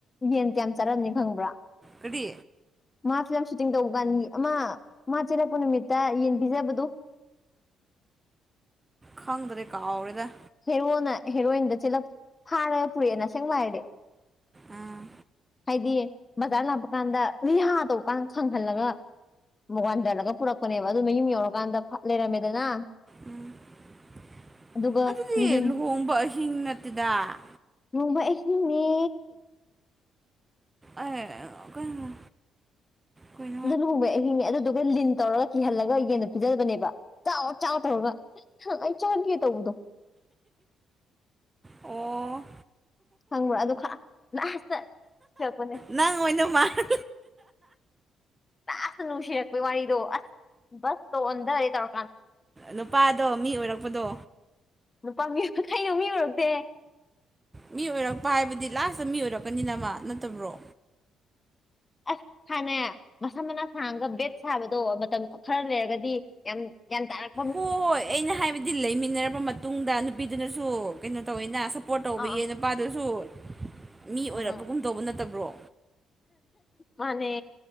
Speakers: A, on the left; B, on the right.
A: ꯌꯦꯟ ꯀꯌꯥꯝ ꯆꯥꯔꯝꯅꯤ ꯈꯪꯕ꯭ꯔꯥ
B: ꯀꯔꯤ
A: ꯃꯥ ꯐꯤꯂꯝ ꯁꯨꯇꯤꯡ ꯇꯧꯕ ꯀꯥꯟꯒꯤ ꯑꯃ ꯃꯥ ꯆꯦꯜꯂꯛꯄ ꯅꯨꯃꯤꯠꯇ ꯌꯦꯟꯕꯤꯖꯕꯗꯨ
B: ꯈꯪꯗ꯭ꯔꯦ ꯀꯥꯎꯔꯦꯗ
A: ꯍꯦꯔꯣꯅ ꯍꯦꯔꯣꯏꯟꯗ ꯆꯦꯂꯞ ꯐꯥꯔꯦꯅ ꯄꯨꯔꯛꯑꯦꯅ ꯁꯦꯡꯕꯍꯥꯏꯔꯗꯤ
B: ꯎꯝ
A: ꯍꯥꯏꯗꯤ ꯕꯖꯥꯔ ꯂꯥꯛꯄ ꯀꯥꯟꯗ ꯔꯤꯍꯥ ꯇꯧꯀꯥꯟ ꯈꯪꯍꯜꯂꯒ ꯋꯥꯟꯗꯔꯒ ꯄꯨꯔꯛꯄꯅꯦꯕ ꯑꯗꯨ ꯃꯌꯨꯝ ꯌꯧꯔꯀꯥꯟꯗ ꯐ ꯂꯩꯔꯝꯃꯦꯗꯅ
B: ꯎꯝ
A: ꯑꯗꯨꯒ
B: ꯗꯨꯗꯤ
A: ꯂꯤꯟ
B: ꯂꯨꯍꯣꯡꯕ ꯑꯍꯤꯡ ꯅꯠꯇꯦꯗ
A: ꯂꯨꯍꯣꯡꯕ ꯑꯍꯤꯡꯅꯦ
B: ꯑꯦ ꯀꯩꯅꯣ ꯀꯩꯅ
A: ꯑꯗꯨ ꯂꯨꯍꯣꯡꯕꯩ ꯑꯍꯤꯡꯅꯦ ꯑꯗꯨꯗꯨꯒ ꯂꯤꯟ ꯇꯧꯔꯒ ꯀꯤꯍꯜꯂꯒ ꯌꯦꯟꯗꯣ ꯄꯤꯖꯕꯅꯦꯕ ꯆꯥꯎ- ꯆꯥꯎ ꯇꯧꯔꯒ ꯍ ꯑꯩ ꯆꯒꯦ ꯇꯧꯕꯗꯣ
B: ꯑꯣ
A: ꯑꯗꯨ ꯈꯪꯕ꯭ꯔ ꯂꯥꯁꯇ ꯆꯠꯔꯛꯄꯅꯦ
B: ꯅꯪ ꯑꯣꯏꯅ ꯃꯥꯜꯂꯦ
A: ꯂꯥꯁꯇ ꯅꯨꯡꯁꯤꯔꯛ ꯄꯩ ꯋꯥꯔꯤꯗꯣ ꯑꯁ ꯕꯁ ꯇ ꯑꯣꯟꯙꯔꯦ ꯇꯧ
B: ꯅꯨꯄꯥꯗꯣ ꯃꯤ ꯑꯣꯏꯔꯛꯄꯗꯣ
A: ꯅꯨꯄꯥ ꯃꯤ ꯀꯩꯅꯣ ꯃꯤ ꯑꯣꯏꯔꯛꯇꯦꯍꯦ
B: ꯃꯤ ꯑꯣꯏꯔꯛꯄ ꯍꯥꯏꯕꯗꯤ ꯂꯥꯁꯇ ꯃꯤ ꯑꯣꯏꯔꯛꯀꯅꯤꯅꯃ ꯅꯠꯇꯕ꯭ꯔꯣ
A: ꯑꯁ ꯈꯅꯦ ꯃꯁꯝ ꯃꯅꯥ ꯁꯥꯡꯉꯒ ꯕꯦꯠ ꯁꯥꯕꯗꯣ ꯃꯇꯝ ꯈꯔ ꯂꯩꯔꯒꯗꯤ ꯌꯥꯝ ꯒ꯭ꯌꯥꯟ ꯇꯥꯔꯛ
B: ꯍꯣꯏ ꯑꯩꯅ ꯍꯥꯏꯕꯗꯤ ꯂꯩꯃꯤꯟꯅꯔꯕ ꯃꯇꯨꯡꯗ ꯅꯨꯄꯤꯗꯨꯅꯁꯨ ꯀꯩꯅꯣ ꯇꯧꯋꯤꯅ ꯁꯞ ꯄꯣꯔꯠ ꯇꯧꯕꯤꯌꯦ
A: ꯑꯥ ꯑꯥ
B: ꯅꯨꯄꯥꯗꯨꯁꯨ ꯃꯤ ꯑꯣꯏꯔꯛꯄꯒꯨꯝ
A: ꯎꯝ ꯎꯝ
B: ꯇꯧꯕ ꯅꯠꯇꯕ꯭ꯔꯣ
A: ꯃꯥꯅꯦ